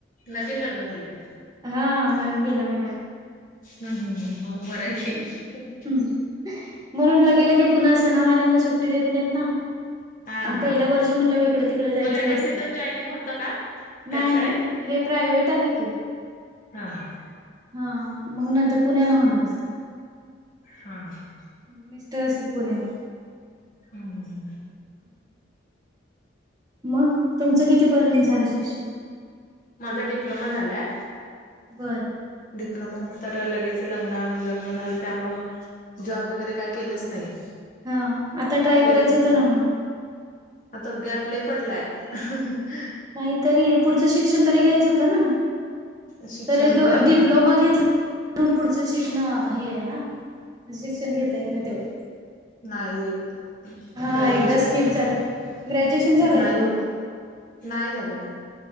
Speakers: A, on the left; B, on the right.
A: नवीन लग्न झालंय?
B: हां नवीन, गेल्या महिन्यात.
A: हम् हम् मं बरंय
B: हम्म
A: की.
B: हम्म म्हणून लगे लगे पुन्हा सनावारांना सुट्टी देत नाहीत ना.
A: हा
B: अन
A: हा
B: पहिलं वर्ष म्हणल्यावं, इकडं-तिकडं जायचंच
A: मग लगेच
B: असतंय,
A: तिथं जॉईनिंग होतं का त्याच
B: नाही-नाही.
A: शाळेत
B: हे प्रायव्हेट आहे की.
A: हां हां.
B: हां मंग नंतर पुण्याला होणार आता.
A: हां ह्म.
B: म मिस्टर असतात पुण्याला.
A: हम हम हम.
B: मं तुमचं किती पर्यंत झालं, शिक्षण?
A: माझा डिप्लोमा झालाय.
B: बरं.
A: डिप्लोमा नंतर लगेच लग्न, लग्न झालं त्यामुळ जॉब वगैरे काय केलंच नाही.
B: हां, आता ट्राय
A: प्रेग्नेंट
B: करायचं होतं ना, मग?
A: आता गॅप लय पडलाय, ह्ह्हणं हं.
B: नाहीतरी पुढच शिक्षण तरी घ्यायचं होत ना,
A: शिक्षण
B: तरीच द
A: होय
B: -डिप्लोमा
A: हा
B: घेत म्हणून पुढचं शिकणं, हे ये ना, शिक्षण घेता येत नाही तेवढं.
A: नाहीत.
B: हा
A: ग्रॅज्युएशन
B: एकदा स्किप झालं. ग्रॅज्युएशन झालंय
A: <unintelligible> नाही
B: का?
A: होत, नाही झालं ना.